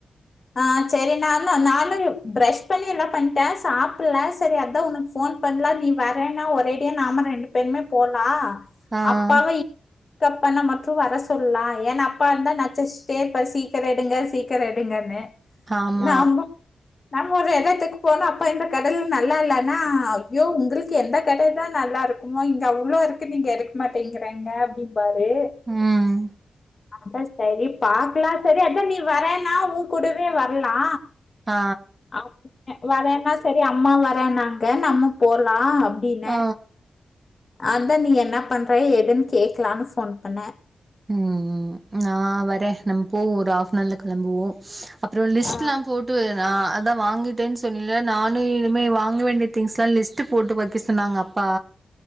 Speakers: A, on the left; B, on the right.
A: ஆ சேரி நாந்தா நானு ப்ரஷ் பண்ணி எல்லா பண்டே சாப்பிட்ல சேரி அத்தா உனக் ஃபோன் பண்லா நீ வரேன்னா ஒரேடியா நாம ரெண்டு பேருமே போலா
B: ஆ
A: அப்பாவ இ க்கப் பண்ண மட்டு வர சொல்லலா ஏனா அப்பா இருந்தா நச்சர்ச்சுட்டே இருப்பாரு சீக்கர எடுங்க சீக்கர எடுங்கன்னு
B: ஆமா
A: நாம்ப நம்ம ஒரு எடத்துக்கு போனா அப்பா இந்த கடைல நல்லா இல்லனா ஐயோ உங்களுக்கு எந்த கடைதா நல்லாருக் குமா இங்க அவ்ளோ இருக்கு நீங்க எடுக்க மாட்டேங்குறேங்க நிப்பாரு
B: ம்
A: அதா செரி பாக்கலான் செரி அதா நீ வரன்னா ஊங்கூடவே வர்லா
B: ஆ
A: நா கூப்ட்டே வரேன்னா செரி அம்மா வரேனாங்க நம்ம போலா அப்டின்னே
B: ஆ
A: அதா நீ என்ன பண்ற எதுன் கேக்கலானு ஃபோன் பண்ணே
B: ம் நா வரே நம்ம போவோ ஒரு ஆஃப்ஃபனார்ல கெளம்புவோ அப்றோ லிஸ்ட்டுலா
A: ஆ
B: போட்டு வேற நா அதா வாங்கிட்டேன் ஸ் தொன்னேல நானு இனிமே வாங்க வேண்டிய திங்ஸ்லா லிஸ்ட்டு போட்டு வக்கெ சொன்னாங்க அப்பா